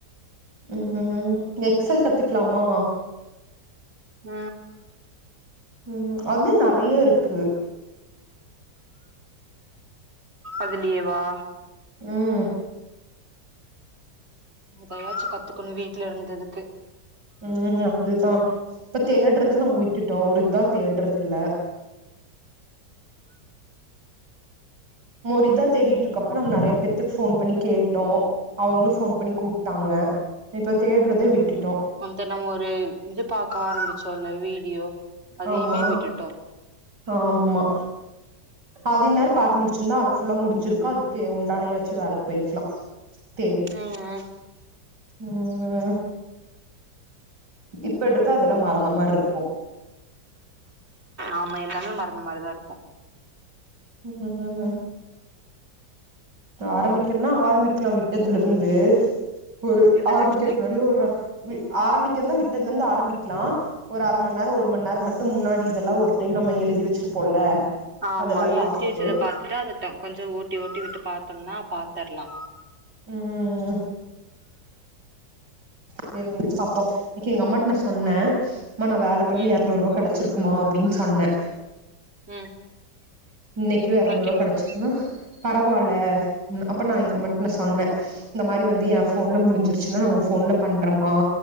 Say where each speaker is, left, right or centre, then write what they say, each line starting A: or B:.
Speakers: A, on the right (about 75°); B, on the right (about 35°).
A: ம் ஹும் ம் எக்செல் கத்துக்கலாமா?
B: ஆ
A: ம் அதுலயு நெறைய இருக்கு
B: அதுலயேவா?
A: ம்
B: நம்ம இப்ப எதாச்சு கத்துக்கணு வீட்ல இருந்ததுக்கு.
A: ம் அதுதா. இப்ப தேடுறது நம்ம விட்டுட்டோ ஒரு இதா தேடுறது இல்ல. நம்ம ஒரு இதா தேடிட்ருக்கப்ப நம்ம நெறையா பேத்துக்கு ஃபோன் பண்ணி கேட்டோ. அவங்களு ஃபோன் பண்ணி கூப்ட்டாங்க. அ இப்ப தேடுறதே விட்டுட்
B: அந்த நம்ம ஒரு இது பாக்க ஆரம்பிச்சோ இல்ல வீடியோ அதையுமே
A: ஆமா
B: விட்டுட்டோ
A: ஆமா அது இந்நேரோ பாத்து முடிச்சிருந்தா அது ஃபுல்லா முடிஞ்சிருக்கு அதுக்கு உண்டான எதாச்சு வேலைக்கி போயிருக்கலா தேடி
B: ம்
A: ம் இப்ப எடுத்தா அதெல்லா மறந்த மாரி இருக்கு
B: ஆமா எல்லாமே மறந்த மாரிதா இருக்கு
A: ம் ஆரம்பிக்கணுன்னா ஆரம்பிக்கலா விட்டதுல இருந்து ஒரு
B: என்னது
A: ஆரம்பிக்கறக்கு
B: என்னது
A: முன்னாடி ஒரு வீ ஆரம்பிக்கறதுன்னா விட்டதுல இருந்து ஆரம்பிக்கலா. ஒரு அர மணி நேரோ ஒரு மணி நேரோ மட்டு முன்னாடி இதெல்லா ஒரு டைம் நம்ம எழுதி வச்சிருப்போல்ல
B: ஆமா
A: அதெல்லா பாத்துட்டு
B: எழுதி வச்சத பாத்துட்டு அதட்ட கொஞ்சோ ஓட்டி ஓட்டி விட்டு பா த்தோன்னா பாத்தரலா.
A: ம் செரி என்னன்னு பாப்போ. இன்னக்கி எங்க அம்மாட்ட நா சொன்னே அம்மா நா வேல பண்ணி
B: ம்
A: எரநூர்ருவா கெடைச்சிரு க்குமா அப்டின்னு சொன்னே.
B: ம்
A: இன்னக்கி எறநூர்ரூவா
B: அதுக்கு என்ன
A: கெடைச்சுதுன்னா பரவால்ல ம் அப்ப நா எங்க அம்மாட்ட நா சொன்னே இந்த மாரி வந்து என் ஃபோன்ல முடிஞ்சிருச்சுன்னா நா உன் ஃபோன்ல பண்றம்மா